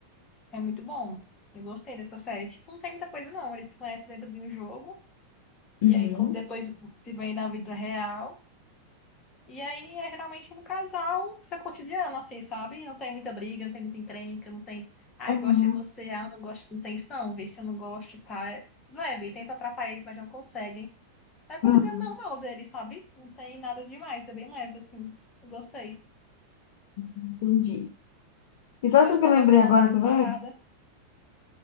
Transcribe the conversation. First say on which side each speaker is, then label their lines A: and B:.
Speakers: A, on the left; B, on the left.
A: É muito bom. Eu gostei dessa série. Tipo, não tem muita coisa, não. Eles se conhecem dentro de um jogo,
B: Uhum.
A: e aí co- depois se vêm na vida real. E aí é geralmente um casal, seu cotidiano, assim, sabe? Não tem muita briga, não tem muita encrenca, não tem. Ah,
B: Aham.
A: eu gosto de você, ah, eu não gosto, não tem isso, não, vê se eu não gosto e tal. É leve, tenta atrapalhar eles, mas não conseguem. É o cotidiano
B: aham.
A: normal deles, sabe? Não tem nada demais, é bem leve, assim. Eu gostei.
B: Entendi. E sabe
A: Mas acho
B: o
A: que
B: que
A: tu não
B: eu lembrei
A: gosta, não,
B: agora
A: que é muito
B: também?
A: parada.